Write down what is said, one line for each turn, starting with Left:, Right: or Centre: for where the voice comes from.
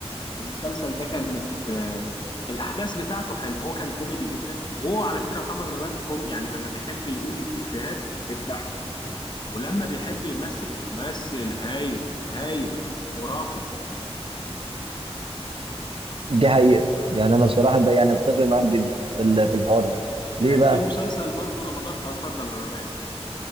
Left: المسلسل ده كانت آه، الاحداث بتاعته حلو هو كان كوميدي جدا وهو على فكره محمد رمضان كومي يعني لما بيحب يقول افيهات بتضحك ولما بيحب يمثل ممثل هايل هايل خرافي
Right: دي حقيقة يعني أنا بصراحة ده يعني أتفق معاك جدا في ال- في الحوار ده ليه
Left: كان
Right: بقى؟
Left: في مسلسل برضو رمضان اه اتفضل انا اسف